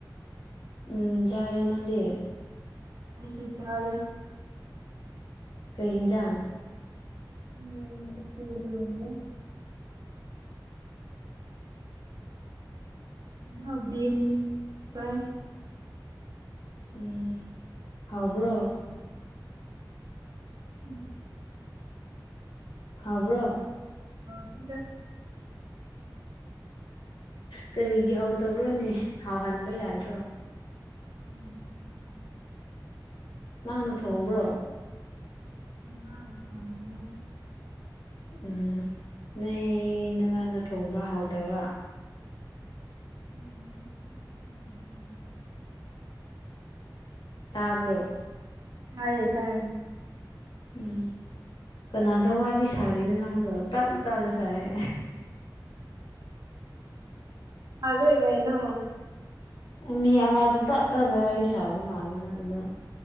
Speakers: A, on the left; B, on the right.
A: ꯎꯝ ꯆꯥꯔꯦ ꯅꯪꯗꯤ
B: ꯑꯩꯁꯨ ꯆꯥꯔꯦ
A: ꯀꯩ ꯍꯤꯡꯖꯥꯡ
B: <unintelligible> ꯀꯩꯅꯣ ꯕꯤꯟ ꯐꯔꯥꯏ
A: ꯎꯝ ꯍꯥꯎꯕ꯭ꯔꯣ
B: ꯅꯣꯏꯗꯤ ꯎꯝ
A: ꯍꯥꯎꯕ꯭ꯔꯣ
B: <unintelligible>
A: ꯀꯔꯤꯒꯤ ꯍꯥꯎꯇꯥꯕ꯭ꯔꯣꯅꯦ ꯍꯥꯎꯍꯟꯕꯥ ꯌꯥꯗ꯭ꯔꯣ
B: ꯎꯝ
A: ꯅꯪꯅ ꯊꯣꯡꯕ꯭ꯔꯣ
B: ꯏꯃꯥꯅ ꯊꯣꯡꯕꯅꯦ
A: ꯎꯝ ꯅꯣꯏ ꯅꯥꯃꯅ ꯊꯣꯡꯕ ꯍꯥꯎꯇꯕ
B: <unintelligible>
A: ꯇꯥꯕꯔꯣ
B: ꯇꯥꯏꯌꯦ ꯇꯥꯏ
A: ꯎꯝ ꯀꯅꯥꯗ ꯋꯥꯔꯤ ꯁꯥꯔꯤꯅꯣ ꯅꯪꯗꯣ ꯇꯞꯅ ꯇꯞꯅ ꯁꯥꯏꯌꯦ
B: ꯁꯥꯗꯦ ꯀꯩꯅꯦ
A: ꯃꯤ ꯑꯃꯗꯨ ꯇꯞ ꯇꯞꯅ ꯋꯥꯔꯤ ꯁꯥꯕ ꯃꯥꯂꯦ ꯅꯪꯗꯣ